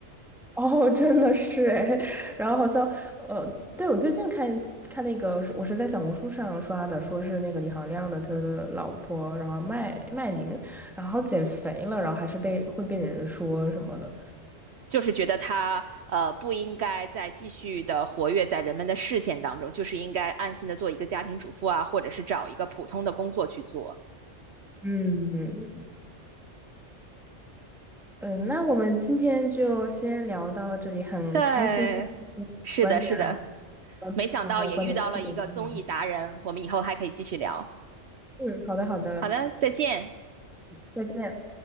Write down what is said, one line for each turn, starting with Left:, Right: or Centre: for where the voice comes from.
Centre: <laughs> 哦，真的是哎，<laughs> 然后好像呃，对我最近看一次看那个，我是在小红书上刷的，说是那个李行亮的他的老婆，然后麦麦琳，然后减肥了，然后还是被会被人说什么的。
Right: 就是觉得他呃不应该再继续的活跃在人们的视线当中，就是应该安心的做一个家庭主妇啊，或者是找一个普通的工作去做。
Centre: 嗯嗯，呃那我们今天就先聊到这里，很开心
Right: 对，
Centre: <laughs>
Right: 是的，
Centre: 观点，
Right: 是的，
Centre: 然后
Right: 没想到也遇到了一个综艺达人，
Centre: 然后观点互动。
Right: 我们以后还可以继续聊。
Centre: 嗯，好的好的，
Right: 好的，再见。
Centre: 再见。